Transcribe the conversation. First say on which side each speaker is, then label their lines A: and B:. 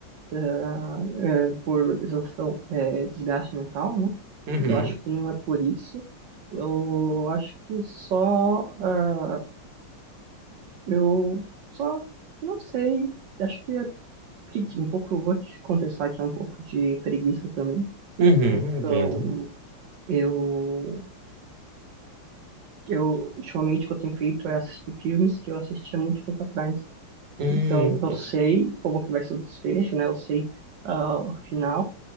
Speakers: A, on the right; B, on the right.
A: da- é, por exaustão, é, desgaste mental, né?
B: Uhum.
A: Eu acho que não é por isso. Eu acho que só, ah, eu só, não sei. Acho que é pregui- um pouco, eu vou te confessar que é um pouco de preguiça também.
B: Uhum,
A: Então,
B: entendo.
A: eu Eu, ultimamente, o que eu tenho feito é assistir filmes que eu assistia muito tempo atrás.
B: Hum,
A: Então, eu
B: entendo.
A: sei como que vai ser o desfecho, né? Eu sei ah, o final,